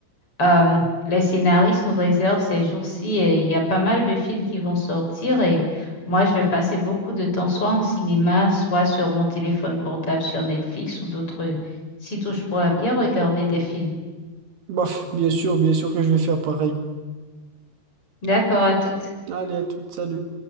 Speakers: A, on the left; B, on the right.
A: Euh, les scénaristes nous réservent ces jours-ci, euh, il y a pas mal de films qui vont sortir et moi, je vais passer beaucoup de temps soit en cinéma, soit sur mon téléphone portable, sur Netflix ou d'autres sites où je pourrais bien regarder des films.
B: bof, bien sûr, bien sûr que je vais faire pareil.
A: D'accord, à toutes.
B: Allez, à toute, salut.